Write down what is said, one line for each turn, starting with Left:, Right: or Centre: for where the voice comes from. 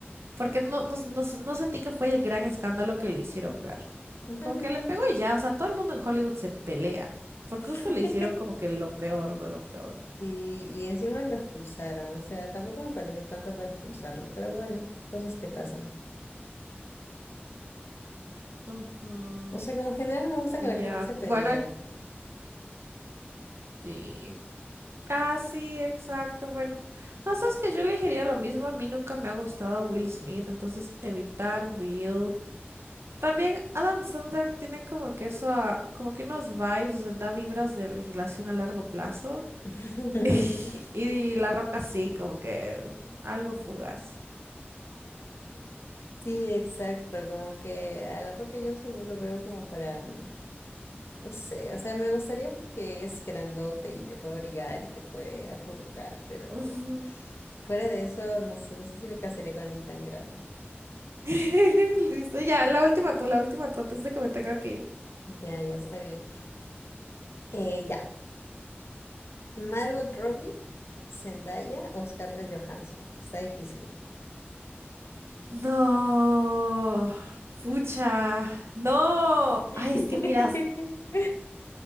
Right: Porque no, no, no, no sentí que fue el gran escándalo que le hicieron ver.
Left: Ujú,
Right: Como que
Left: ujú.
Right: le pegó y ya, o sea, todo el mundo en Hollywood se pelea. Porque
Left: <laughs>
Right: justo le hicieron como que lo peor de lo peor.
Left: Y, y encima lo expulsaron, o sea, tampoco me pareció tanto para expulsarlo, pero bueno, cosas que pasan.
Right: Ujú,
Left: O sea, como en general no me gusta que la
Right: Ya.
Left: gente se pelee.
Right: Bueno, sí. Ah, sí, exacto. Bueno, no sabes que yo elegiría lo mismo. A mí nunca me ha gustado Will Smith, entonces evitar Will. También Adam Sandler tiene como que eso, como que unos vibes, o sea, da vibras de relación a largo plazo.
Left: <laughs>
Right: <laughs> Y, La Roca sí, como que algo fugaz.
Left: Sí, exacto, como que a la Roca Johnson no lo veo como para, mm, no sé, o sea, me gustaría porque es grandote y te puede obligar y te puede acurrucar, pero
Right: Ujú.
Left: fuera de eso, no sé, no sé si me casaría con alguien tan grande.
Right: <laughs> Listo, ya, la última tú, la última tú, antes de que me tenga que ir.
Left: Ya, ya está bien. Eh, ya. Margot Robbie, Zendaya o Scarlett Johansson. Está difícil.
Right: No, pucha, no. Ay,
Left: <laughs>
Right: es que mira,